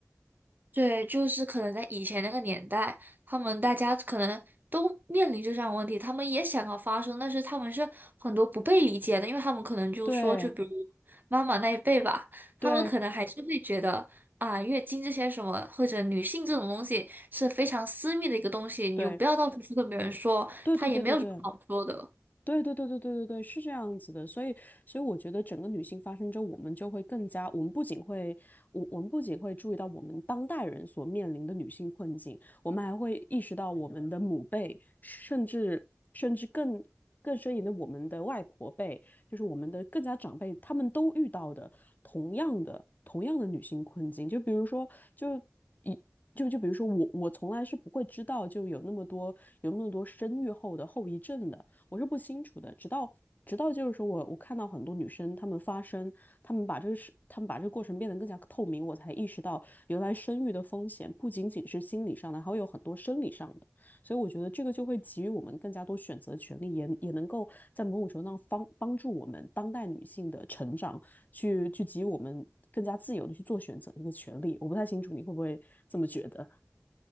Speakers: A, on the right; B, on the left.
A: 对，就是可能在以前那个年代，他们大家可能都面临着这样的问题，他们也想要发声，但是他们是很多不被理解的，因为他们可能就说，
B: 对，
A: 就比如妈妈那一辈吧，
B: 对，
A: 他们可能还是会觉得啊，月经这些什么或者女性这种东西是非常私密的一个东西，你就不要到处去跟别人说，
B: 对，对，
A: 他也没有什么好说的。
B: 对，对，对，对对。对对对对对对对，是这样子的，所以所以我觉得整个女性发生之后，我们就会更加，我们不仅会，我我们不仅会注意到我们当代人所面临的女性困境，我们还会意识到我们的母辈，甚至甚至更更深一点的我们的外婆辈，就是我们的更加长辈，他们都遇到的同样的同样的女性困境，就比如说就。一。就就比如说我，我从来是不会知道就有那么多有那么多生育后的后遗症的，我是不清楚的。直到直到就是说我我看到很多女生她们发声，她们把这个事，她们把这个过程变得更加透明，我才意识到原来生育的风险不仅仅是心理上的，还会有很多生理上的。所以我觉得这个就会给予我们更加多选择权利，也也能够在某种程度上帮帮助我们当代女性的成长，去去给予我们更加自由的去做选择的一个权利。我不太清楚你会不会这么觉得。